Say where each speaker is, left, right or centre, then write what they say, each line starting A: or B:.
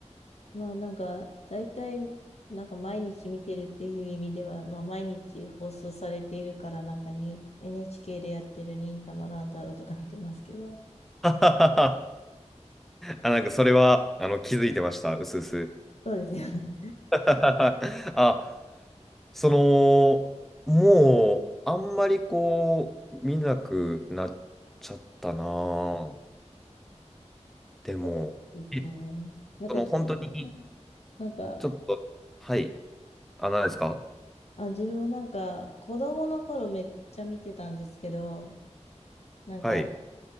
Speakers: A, on the left; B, in the centre.
A: まあ、なんか、大体、なんか毎日見てるっていう意味では、まあ、毎日放送されているから、なんかに、NHK でやってる忍たま乱太郎とか見てますけど、
B: <laughs> あ、なんかそれは、あの、気づいてました、うすうす。
A: そうですよね。
B: <laughs> あ、その、もう、あんまりこう、見なくなっちゃったなぁでも、
A: <laughs> ですね。
B: え
A: なんか、
B: その、
A: 自分も
B: 本当に、
A: なんか、
B: ちょっと、はい、あ、何ですか
A: あ、自分もなんか、子供の頃めっちゃ見てたんですけど、なんか、
B: はい、